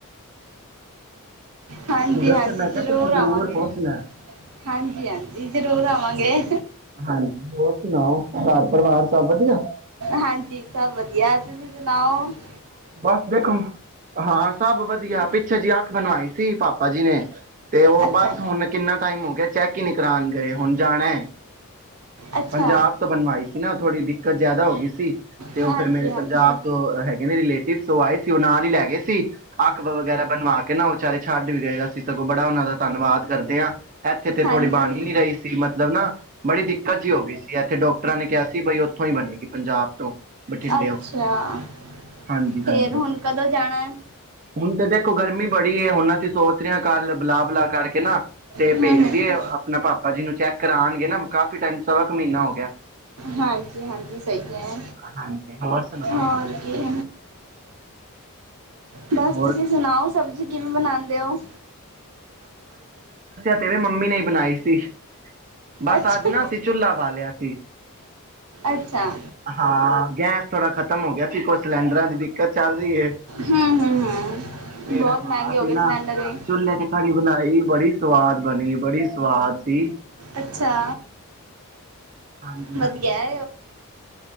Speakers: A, on the right (about 80°); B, on the right (about 35°).
A: ਹਾਂਜੀ,
B: ਮਹੂਰਤ
A: ਹਾਂਜੀ
B: ਤੇ ਮੈਂ ਕਿਹਾ
A: ਜ਼ਰੂਰ
B: ਤੁਸੀਂ
A: ਆਵਾਂਗੇ।
B: ਪਹੁੰਚਣਾ।
A: ਹਾਂਜੀ, ਹਾਂਜੀ ਜ਼ਰੂਰ ਆਵਾਂਗੇ।
B: ਹਾਂਜੀ ਹੋਰ ਸੁਣਾਓ ਘਰ ਪਰਿਵਾਰ ਸਭ ਵਧੀਆ?
A: ਹਾਂਜੀ, ਸਭ ਵਧੀਆ। ਤੁਸੀਂ ਤਓ <unintelligible>
B: ਬਸ ਦੇਖੋ, ਹਾਂ, ਸਭ ਵਧੀਆ, ਪਿੱਛੇ ਜਿਹੀ ਅੱਖ ਬਣਵਾਈ। ਸੀ ਪਾਪਾ ਜੀ ਨੇ, ਤੇ ਉਹ
A: ਅੱਛਾ
B: ਬਸ ਹੁਣ ਕਿੰਨਾ ਟਾਈਮ ਹੋ ਗਿਆ, ਚੈੱਕ ਹੀ ਨੀ ਕਰਾਉਣ ਗਏ। ਹੁਣ ਜਾਣਾ,
A: ਅੱਛਾ
B: ਪੰਜਾਬ ਤੋਂ ਬਣਵਾਈ ਸੀ ਨਾ, ਥੋੜੀ ਦਿੱਕਤ ਜਿਆਦਾ ਹੋ ਗਈ ਸੀ। ਤੇ
A: ਹਾਂਜੀ
B: ਉਹ ਫੇਿਰ ਮੇਰੇ
A: ਹਾਂਜੀ
B: ਪੰਜਾਬ ਤੋਂ ਹੈਗੇ ਨੇ ਰਿਲੇ ਆਏ ਸੀ। ਉਹ ਨਾਲ ਹੀ ਲੈ ਗਏ ਸੀ, ਅੱਖ ਵਗੈਰਾ ਬਣਵਾ ਕੇ ਨਾ, ਵਿਚਾਰੇ ਛੱਡ ਵੀ ਗਏ ਸੀ। ਅਸੀ ਸਗੋਂ ਬੜਾ ਉਹਨਾਂ ਦਾ ਧੰਨਵਾਦ ਕਰਦੇ ਹਾਂ। ਇੱਥੇ ਤੇ
A: ਹਾਂਜੀ
B: ਥੋੜੀ ਬਣ ਹੀ ਨੀ ਰਹੀ ਸੀ, ਮਤਲਬ ਨਾ, ਬੜੀ ਦਿੱਕਤ ਜਿਹੀ ਹੋ ਗਈ ਸੀ। ਇੱਥੇ ਡਾਕਟਰਾਂ ਨੇ ਕਿਹਾ ਸੀ, ਬਈ ਉੱਥੋਂ ਹੀ ਬਣੇਗੀ। ਪੰਜਾਬ ਤੋਂ, ਬਠਿੰਡੇਓ
A: ਅੱਛਾ
B: ਹਾਂਜੀ, ਹਾਂਜੀ।
A: ਫੇਰ ਹੁਣ ਕਦੋਂ ਜਾਣਾ ਹੈ
B: ਹੁਣ ਤੇ ਦੇਖੋ, ਗਰਮੀ ਬੜੀ ਏ, ਹੁਣ ਅਸੀਂ ਸੋਚ ਰੇ ਕੱਲ ਬਲਾ- ਬਲਾ ਕਰਕੇ ਨਾ, ਤੇ
A: ਹਮ
B: ਭੇਜਦੀਏ
A: ਹਮ
B: ਆਪਣਾ ਪਾਪਾ ਜੀ ਨੂੰ ਚੈੱਕ ਕਰਾਨਗੇ ਨਾ, ਕਾਫੀ ਟੈਮ, ਸਵਾ ਕ ਮਹੀਨਾ ਹੋ ਗਿਆ।
A: ਹਾਂਜੀ ਹਾਂਜੀ ਸਹੀ ਹੈ
B: ਹਾਂਜੀ, ਹੋਰ ਸੁਣਾਓ।
A: ਹੋਰ ਕੀ ਬਸ
B: ਹੋਰ
A: ਤੁਸੀਂ ਸੁਣਾਓ। ਸਬਜ਼ੀ ਕਿਵੇਂ ਬਣਾਉਦੇ ਹੋ।
B: ਦੀਦੀ ਮੰਮੀ ਨੇ ਬਣਾਈ ਸੀ। ਬਸ,
A: ਅੱਛਾ
B: ਅੱਜ ਨਾ ਅਸੀ ਚੁਲਾ ਬਾਲਿਆ ਸੀ।
A: ਅੱਛਾ
B: ਹਾਂ, ਗੈਸ ਥੋੜਾ ਖਤਮ ਹੋ ਗਿਆ ਸੀ, ਕੁਛ ਸਿਲੰਡਰਾਂ ਦੀ ਦਿੱਕਤ ਚੱਲ ਰਹੀ ਹੈ,
A: ਹਮ ਹਮ ਹਮ
B: ਫਿਰ
A: ਬਹੁਤ
B: ਹਾਂ
A: ਮਹਿੰਗੇ
B: ਅਸੀਂ
A: ਹੋ ਗਏ ਸਿਲੰਡਰ
B: ਨਾ
A: ਵੀ
B: ਚੁਲ੍ਹੇ ਤੇ ਬਣਾਈ ਬੜੀ ਸੋਹ ਸਵਾਦ ਬਣੀ, ਬੜੀ ਸਵਾਦ ਸੀ।
A: ਅੱਛਾ।
B: ਹਾਂਜੀ
A: ਵਧੀਆ
B: ਹਾਂਜੀ।
A: ਹੈ